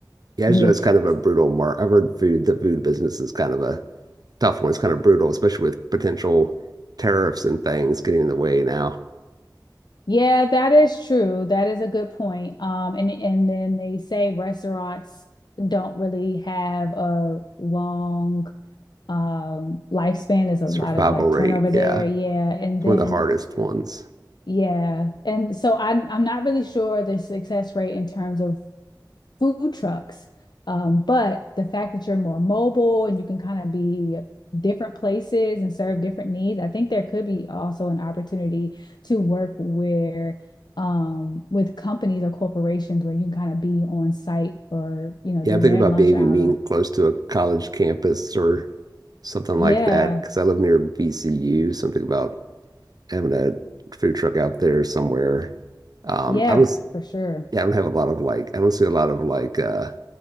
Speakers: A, on the right (about 60°); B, on the left (about 70°).
A: Yeah, I
B: with,
A: just know it's kind of a brutal mark. I've heard food, the food business is kind of a tough one. It's kind of brutal, especially with potential tariffs and things getting in the way now.
B: yeah, that is true. That is a good point. Um, and, and then they say restaurants don't really have a long um lifespan there's a
A: Survival
B: lot of like turnover
A: rate, yeah.
B: there yeah and
A: It's
B: then
A: one of the hardest ones.
B: Yeah. And so I'm I'm not really sure the success rate in terms of food trucks. Um, but the fact that you're more mobile and you can kind of be different places and serve different needs, I think there could be also an opportunity to work where um with companies or corporations where you can kind of be on site or, you know,
A: Yeah,
B: during
A: I'm thinking
B: their
A: about
B: lunch
A: maybe
B: hour.
A: being close to a college campus or something
B: Yeah.
A: like that because I live near VCU. Something about having a food truck out there somewhere. Um,
B: Yeah,
A: I don't,
B: f-
A: s-
B: for sure.
A: yeah, I don't have a lot of like, I don't see a lot of like uh,